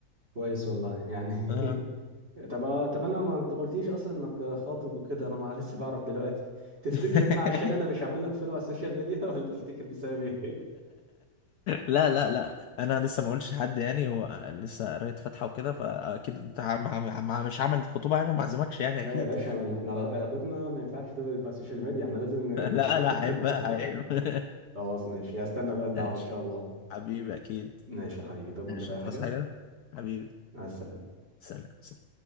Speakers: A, on the right; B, on the left.
A: كويس والله يعني
B: آه.
A: <laughs> طب آه، طب انا ما انت ما قلتليش اصلا انك خاطب وكده انا ما لسه بعرف دلوقتي تفتكر
B: <laughs>
A: ده عشان انا مش عامل لك فولو على السوشيال ميديا <laughs> ولا تفتكر بسبب ايه؟
B: لا لا لا انا لسه ما قلتش لحد يعني هو لسه قرايه فاتحه وكده فاكيد انت مع مع مع- مش هعمل خطوبه يعني وما اعزمكش يعني
A: لا
B: اكيد
A: يا باشا ما احنا علا- علاقتنا ما ينفعش تبقى على السوشيال ميديا احنا لازم
B: <laughs>
A: ن-
B: لا لا عيب
A: <laughs>
B: بقى عيب <laughs>
A: خلاص ماشي هستنى بقى الدعوة
B: ماشي
A: ان شاء الله
B: حبيبي أكيد
A: ماشي يا حبيبي تؤمرني
B: ماشي
A: بأي
B: هتعوز
A: حاجة
B: حاجة حبيبي
A: مع السلامة
B: سلام